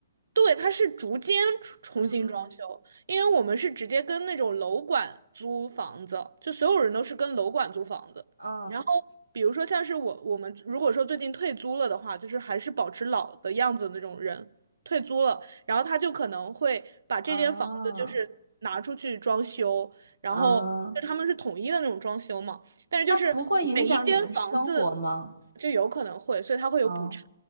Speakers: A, on the right (about 65°); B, on the right (about 85°).
A: 对，它是逐间重重新装修，
B: 嗯嗯，
A: 因为我们是直接跟那种楼管租房子，就所有人都是跟楼管租房子。
B: 嗯
A: 然后，比如说像是我我们如果说最近退租了的话，就是还是保持老的样子的那种人退租了，然后他就可能会把这间房子就是拿出去装修，
B: 嗯
A: 然后就他们是统一的那种装修嘛，
B: 嗯。
A: 但是就是每一间房子
B: 那不会影响你们生活吗？
A: 就有可能会，所以他会有补偿。
B: 哦